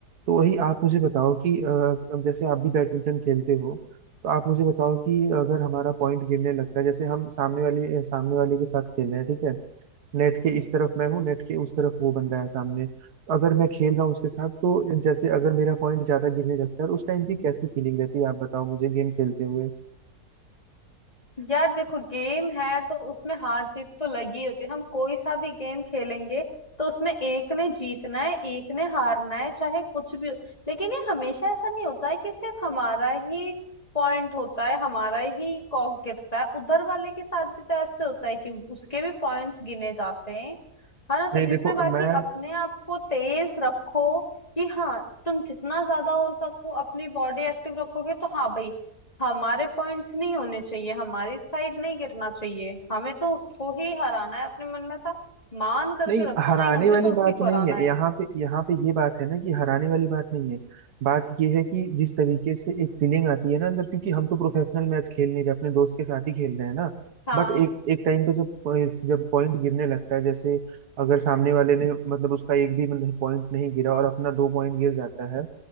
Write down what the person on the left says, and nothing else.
यार देखो गेम है तो उसमें हार जीत तो लगी होती है हम कोई सा भी गेम खेलेंगे तो उसमें एक ने जीतना है एक ने हारना है चाहे कुछ भी हो लेकिन ये हमेशा ऐसा नहीं होता है कि सिर्फ हमारा ही पॉइंट होता है हमारा ही कॉक गिरता है उधर वाले के साथ भी तो ऐसे होता है कि उसके भी पॉइंट्स गिने जाते हैं है ना तो
इसमें बाकी
अपने आप को तेज रखो कि हाँ तुम जितना ज्यादा हो सको अपनी बॉडी एक्टिव रखोगे तो हाँ भाई हमारे पॉइंट्स नहीं होने चाहिए हमारी साइड नहीं गिरना चाहिए हमें तो उसको ही हराना है अपने मन में ऐसा मान करके
रखो
नहीं हमने
तो उसी
को
हराना
है
हाँ